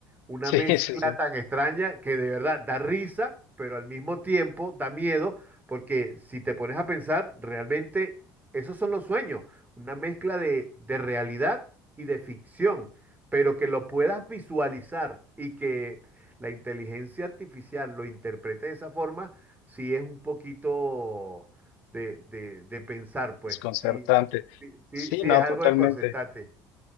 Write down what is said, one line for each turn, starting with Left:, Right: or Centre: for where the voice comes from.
Right: una
Left: Sí,
Right: mezcla
Left: sí, sí,
Right: tan extraña que de verdad da risa, pero al mismo tiempo da miedo, porque si te pones a pensar, realmente esos son los sueños, una mezcla de, de realidad y de ficción, pero que lo puedas visualizar y que la inteligencia artificial lo interprete de esa forma, sí es un poquito de, de- de pensar, pues,
Left: desconcertante.
Right: sí, Sí, sí,
Left: Sí,
Right: sí,
Left: no,
Right: es algo
Left: totalmente.
Right: de corsetate.